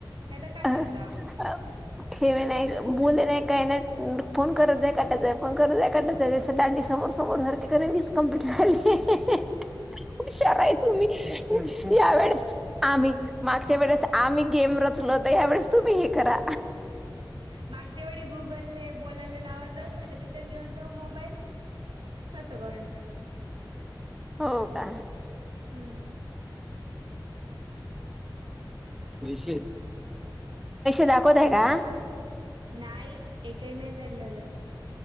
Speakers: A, on the right; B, in the centre.
A: नाही तर काटत
B: अ
A: जाव.
B: <inaudible> ठेवे नाहीग. बोलले नाही काय नाय. फोन करत जाय काटत जाय. फोन करत जाय काटत जाय. जसं दांडी समज. समोरसारखे कर वीस कंप्लीट झाले. हुशार आहे तुम्ही. यावेेळेस
A: हो.
B: आम्ही. मागच्या वेळेस आम्ही गेम रचलो होतो. यावेेळेस तुम्ही हे करा.
A: मागच्या वेळी गुगलले बोलायले लावत जाऊन झालं तिथे नेऊन ठेव मोबाईल. तसं करुन टाकलं.
B: हो का?
A: हम्म.
B: पैसे दाखवतय का आं.
A: नाही, एकही नाही झाललं.